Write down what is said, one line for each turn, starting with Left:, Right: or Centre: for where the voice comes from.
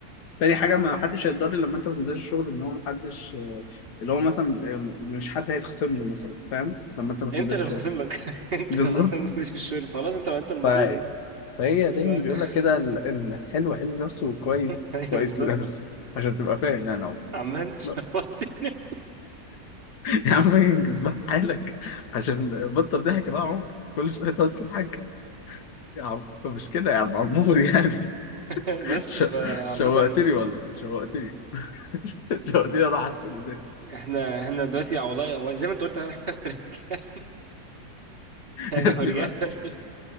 Left: تاني حاجة ما حدش هيتضرر لما انت ما تنزلش الشغل ان هو ما حدش اللي هو مثلا م- مش حد هيتخصم له مثلا فاهم لما انت ما تنزلش
Right: انت اللي
Left: الشغل
Right: هتخصم لك <laughs> انت
Left: بالظبط
Right: اللي هتخصم لك، مش الشغل خلاص انت انت المضروب
Left: ف...
Right: يعني
Left: فهي دايما
Right: ف... <laughs>
Left: بيقول لك كده ال- الحلو حلو نفسه وكويس
Right: ايوه
Left: كويس
Right: بالظبط
Left: لنفسه عشان تبقى فاهم يعني عمر
Right: عامة شوقتني
Left: <laughs> يا عم انجز بقى حالك عشان بطل ضحك بقى يا عمر كل شوية تقعد تضحك يا عم مش كده يا عم عمور يعني <laughs>
Right: <laughs> بس
Left: ش...
Right: فعامة
Left: شوقتني والله شوقتني <laughs> شوقتني اروح على الشغل ده. <laughs>
Right: احنا احنا دلوقتي والله هو زي ما انت قلت <laughs> رجع- يعني
Left: يا ابني
Right: لو رجعنا
Left: بقى
Right: ل-